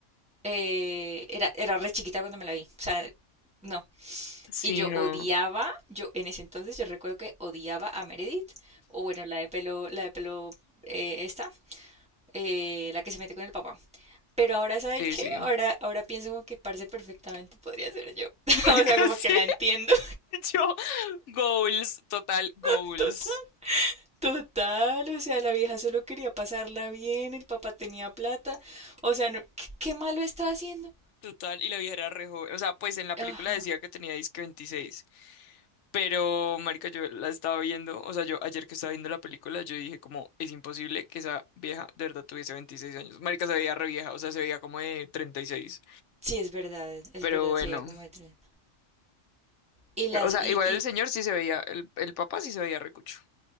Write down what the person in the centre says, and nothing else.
eh, era, era re chiquita cuando me la vi. O sea, no.
Y yo
odiaba, yo en ese entonces yo recuerdo que odiaba a Meredith, o bueno, la de pelo, la de pelo eh, esta, eh, la que se mete con el papá. Pero ahora, ¿sabe
qué?
Ahora, ahora pienso como que parce perfectamente podría ser yo. <laughs>
O sea, como
que la entiendo
<laughs> Total, o sea, la vieja solo quería pasarla bien, el papá tenía plata, o sea, no- ¿qué, qué malo estaba haciendo?
Ajá,
sí, es verdad, es
verdad,
sería como de tren. Y las,
y,
y,